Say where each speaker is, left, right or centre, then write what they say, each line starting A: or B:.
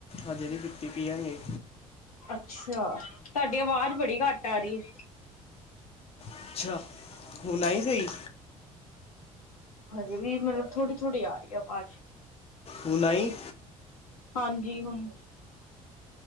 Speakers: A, on the left; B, on the left.
A: ਹਜੇ ਵੀ ਦਿੱਤੀ ਪੀਆਂਗੇ।
B: ਅੱਛਾ ਤੁਹਾਡੀ ਆਵਾਜ਼ ਬੜੀ ਘੱਟ ਆ ਰਹੀ ਹੈ।
A: ਅੱਛਾ ਹੁਣ ਆਈ ਸਹੀ
B: ਹਜੇ ਵੀ ਮਤਲਬ ਥੋੜੀ ਥੋੜ੍ਹੀ ਆ ਰਹੀ ਹੈ ਆਵਾਜ਼
A: ਹੁਣ ਆਈ?
B: ਹਾਂਜੀ ਹੁਣ